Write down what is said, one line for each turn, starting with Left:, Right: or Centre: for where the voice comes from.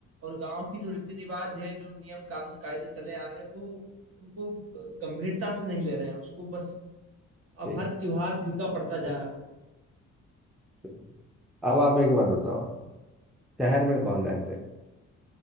Right: और गांव की जो रीति रिवाज है जो नियम कानून कायदे चले आ रहे हैं वो उनको गंभीरता से नहीं ले रहे हैं उसको बस अब
Centre: ठीक
Right: हर त्योहार फीका पड़ता
Centre: ठीक
Right: जा रहा है
Centre: ठीक, ठीक। अब आप एक बात बताओ शहर में कौन रहते